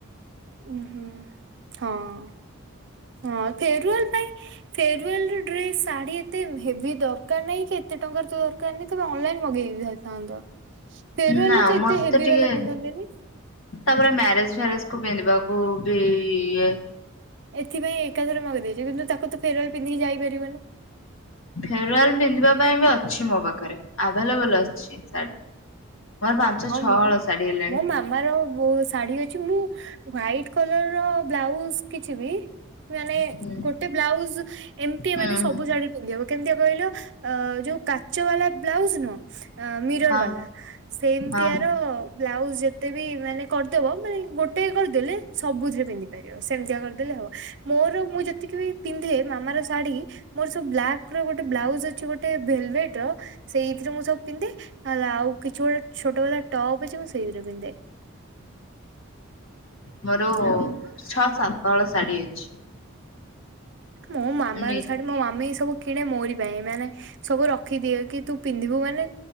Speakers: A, on the right (about 55°); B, on the left (about 70°).
A: ଉ ହୁଁ ହଁ ହଁ ଫେରୁୱଲ ପାଇଁ ଫେରୱାଲ ଡ୍ରେସ ଶାଢୀ ଏତେ ହେଭି ଦରକାର ନାହିଁ କି ଏତେ ଟଙ୍କାର ତ ଦରକାର ନାହିଁ ତମେ ଅନଲାଇନ ମଗେଇ ଦେଇଥାନ୍ତ। ଫେରୁୱଲ
B: ନା
A: ତ
B: ମତେ
A: ଏତେ ହେଭି
B: ଟିକେ
A: ବାଲା ପିନ୍ଧନ୍ତିନି।
B: ତାପରେ ମ୍ୟାରେଜ ଫ୍ୟାରେଜ କୁ ପିନ୍ଧିବାକୁ ବି ଇଏ।
A: ଏଥିପାଇଁ ଏକାଥରେ ମଗେଇ ଦେଇଛାର କିନ୍ତୁ ତାକୁ ତ ଫେରୱାଲରେ ପିଧିକି ଯାଇପାରିବନି।
B: ଫେରୱଲ ପିନ୍ଧିବା ପାଇଁ ବି ଅଛି ମୋ ପାଖରେ ଆଭେଲେବଲ ଅଛି। <inaudible> ପାଞ୍ଚ
A: ହଁ
B: ଛଅ
A: ମ
B: ହଳ ଶାଢୀ ହେଲାଣି
A: ମୋ ମାମାର ବହୁତ୍ ଶାଢୀ ଅଛି। ମୁଁ ହ୍ୱାଇଟ କଲର ର ବ୍ଲାଉଜ କିଛିିବି ମାନେ
B: ହୁଁ
A: ଗୋଟେ ବ୍ଲାଉଜ ଏମିତି
B: ହୁଁ
A: ମାନେ ସବୁ
B: ହୁଁ
A: ଜାଣି ପିନ୍ଧିହେବ କେମିତିଆ କହିଲ ଯୋଉ କାଚ ବାଲା ବ୍ଲାଉଜ ନୁହଁ ମିରର
B: ହଁ
A: ବାଲା। ସେମତିଆର
B: ହଁ।
A: ବ୍ଲାଉଜ ଯେତେ ବି ମାନେ କରିଦବ ମାନେ ଗୋଟେ କରିଦେଲେ ସବୁଥିରେ ପିନ୍ଧିପାରିବେ। ସେମିତିଆ କରିଦେଲେ ହବ। ମୋର ମୁଁ ଯେତିକି ବି ପିନ୍ଧେ ମାମାର ଶାଢୀ ମୋର ସବୁ ବ୍ଲାକ ଗୋଟେ ବ୍ଲାଉଜ ଅଛି ଗୋଟେ ଭେଲଭେଟ ର ସେଇଥିରେ ମୁଁ ସବୁ ପିନ୍ଧେ ନହେଲେ ଆଉ କିଛି ଗୋଟେ ଛୋଟ ବାଲା ଟପ୍ ଅଛି ମୁଁ ସେଇଥିରେ ପିନ୍ଧେ।
B: ମୋର
A: ଆଉ
B: ଛଅ
A: ହୁଁ।
B: ସାତ ହଳ ଶାଢୀ ଅଛି।
A: ମୋ ମାମାର
B: ମୁଁ ନେଇଚି।
A: ଶାଢୀ ମୋ ମାମା ଏଇ ସବୁ କିଣେ ମୋରି ପାଇଁ ମାନେ ସବୁ ରଖିଦିଏ କି ତୁ ପିନ୍ଧିବୁ ମାନେ